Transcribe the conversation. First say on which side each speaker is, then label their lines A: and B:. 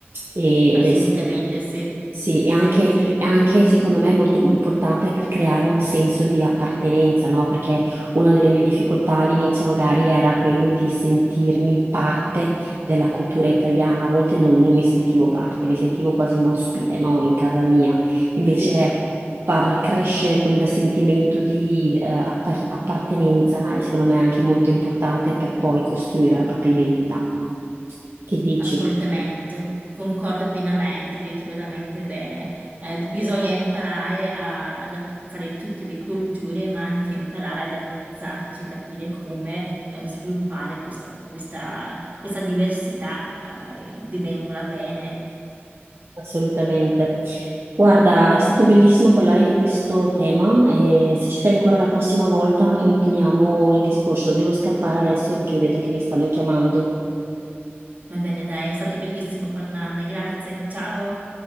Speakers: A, on the right (about 60°); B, on the right (about 40°).
A: E-
B: assolutamente
A: ed è,
B: sì.
A: sì,
B: Sì,
A: è anche,
B: sì,
A: è anche, secondo me molto importante per creare un senso di appartenenza, no? Perché una delle mie difficoltà all'inizio magari era quello di sentirmi parte della cultura italiana, a volte non, non mi sentivo parte, mi sentivo quasi un ospite, no? In casa mia. Invece
B: sì.
A: far crescere quel sentimento di eh, appar- appartenenza e secondo me è anche molto importante per poi costruire la propria identità. Che dici?
B: Assolutamente, concordo pienamente, hai detto veramente bene. Eh, bisogna imparare a- ad apprezzare tutte le culture, ma anche imparare ad apprezzarci, capire come eh, sviluppare questa, questa- questa diversità eh, vivendola bene.
A: Assolutamente. Guarda, è stato bellissimo parlare di questo tema e se ci sei ancora la prossima volta continuiamo il discorso. Devo scappare adesso perché vedo che mi stanno chiamando.
B: Va bene, dai, è stato bellissimo parlarne, grazie, ciao.